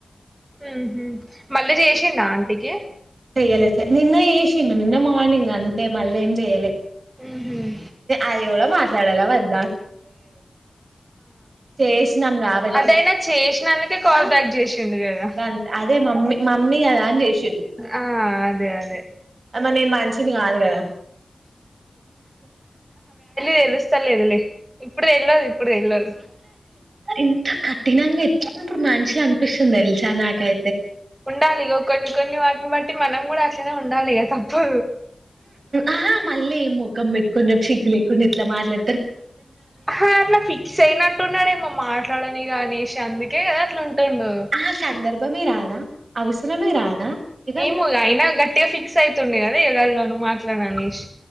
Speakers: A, on the right; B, on the right.
A: ఊహూ మళ్ళీ చేసిండా ఆంటీ కి
B: చెయ్యాలే చె నిన్న ఏషిండు నిన్న మార్నింగ్ అంతే మళ్ళేం చెయ్యాలే
A: మ్మ్
B: అది ఎవళో మాట్లాడేలా వద్ చేసినాం కాబట్టి
A: అదైనా చేస్ నన్నుకే కాల్ కట్ చేసి <unintelligible> కదా
B: గంతే అదే మమ్మీ మమ్మీ కదా అని చేసిర్రు
A: ఆ అదే అదే
B: అమ్మ నేను మనిషిని కాదు కదా
A: తెలుస్తా లేదులే ఇప్పుడు తెల్వదు ఇప్పుడు తెల్వదు
B: ఇంత కఠినంగా ఎట్లుంటురు మనుషులు అనిపిస్తుంది తెలుసా నాకై
A: ఉండాలి ఇగ కొన్ని కొన్ని వాటిని బట్టి మనం నువ్ కూడా అట్లనే ఉండాలి అ తప్పు
B: ఆహా మళ్ళీ ముఖం పెట్టుకొని చిగ్గు లేకుండా ఎట్లా మాట్లా
A: హా అట్లా ఫిక్స్ అయినట్టున్నడేమో మాట్లాడని కాని వేష అందుకే అట్లా ఉంటుండు
B: ఆ సందర్భమే రాదా అవసరమే రాదా ఇక
A: ఏమో అయినా గట్టిగా ఫిక్స్ అయితుం నేనదే కదా <unintelligible> మాట్లాడ అనీష్